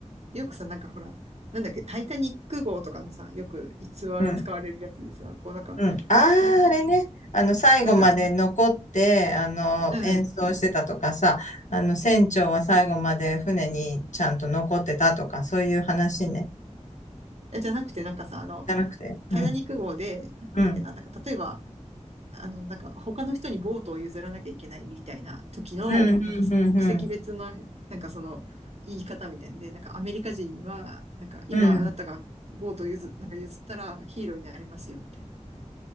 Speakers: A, on the right (about 60°); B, on the left (about 80°).
A: よくさ、なんかほら、なんだっけ、タイタニック号とかのさ、よく逸話が使われるやつでさ、
B: うん
A: こうなんか、
B: うん。ああ、
A: なんだったっけ、
B: あれね。あの、最後まで残って、
A: なんか、
B: あの、
A: うん、
B: 演奏してたとかさ、あの、船長は最後まで船にちゃんと残ってたとか、そういう話ね。
A: え、じゃなくてなんかさ、あの、
B: じゃなくて。
A: タイタニック号で、
B: うん。
A: なんだっけな、
B: うん。
A: なんか例えば、あの、なんか他の人にボートを譲らなきゃいけないみたいな時の、
B: うん。
A: なんかその国籍別の、
B: うん。うん。
A: なんかその言い方みたいんで、なんかアメリカ人には、なんか今あなたがボートを譲、
B: うん。
A: なんか譲ったらヒーローになれますよみたいな。